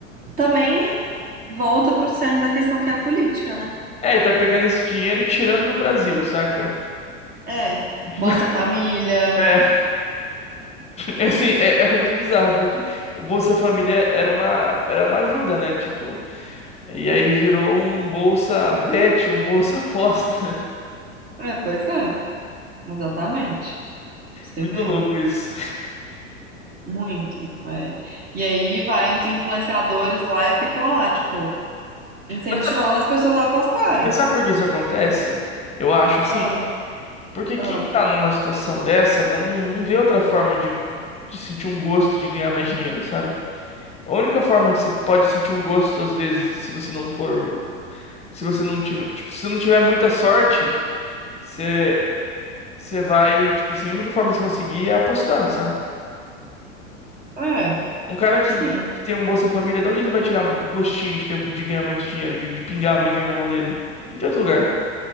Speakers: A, on the right; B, on the left.
A: também volta para o centro da questão que é a política, né?
B: É, e tá pegando esse dinheiro e tirando do Brasil, saca?
A: É,
B: <laughs>
A: Bolsa Família.
B: É, assim, é, é muito bizarro, porque o Bolsa Família era uma, era uma ajuda, né? Tipo. E aí virou um bolsa bet, um bolsa aposta. <laughs>
A: É, pois é, exatamente. Você
B: Muito
A: vê,
B: louco isso.
A: muito. é. E aí vai os influenciadores lá e ficam lá, tipo, incentivando
B: Mas sabe,
A: as pessoas a apostarem.
B: mas sabe por que isso acontece? Eu acho assim,
A: Ah,
B: porque quem
A: ah,
B: tá numa situação dessa não, não vê outra forma de, de sentir um gosto de ganhar mais dinheiro, sabe? A única forma que você pode sentir um gosto, às vezes, se você não for. Se você não tiver. Tipo, se você não tiver muita sorte, você, você vai. Tipo assim, a única forma de você conseguir é apostando, sabe?
A: é,
B: Um cara que
A: sim,
B: tem um Bolsa Família, de onde ele vai tirar gostinho de, ter- de ganhar muito dinheiro, de, de pingar muito dinheiro na mão dele? Não tem outro lugar.